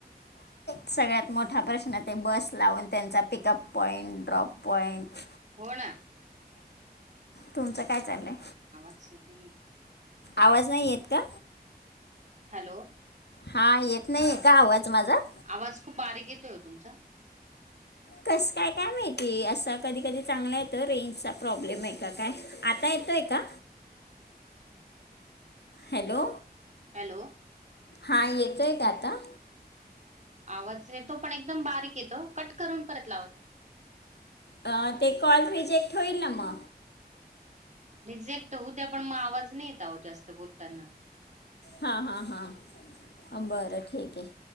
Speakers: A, on the left; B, on the right.
A: सगळ्यात मोठा प्रश्न ते बस लावून त्यांचा पिकअप पॉइंट ड्रॉप पॉइंट
B: हो ना.
A: तुमचं काय चाललंय?
B: आवाज शेत नाही.
A: आवाज नाही येत का?
B: हॅलो
A: हा येत नाही का आवाज? माझा
B: आवाज खूप बारीक येतोय ओ तुमचा.
A: कसं काय काय माहितीय असं कधी कधी चांगला येतो रेंजचा प्रॉब्लेम आहे का काय आता येतो य का? हॅलो
B: हॅलो
A: हा येतोय का आता?
B: आवाज येतो पण एकदम बारीक तो कट करून परत लावा
A: अं, ते कॉल रिजेक्ट होईल ना म
B: रिजेक्ट होउ द्या पण मग आवाज नाही येतहो जास्त बोलताना
A: हा हा हा बरं ठीक हे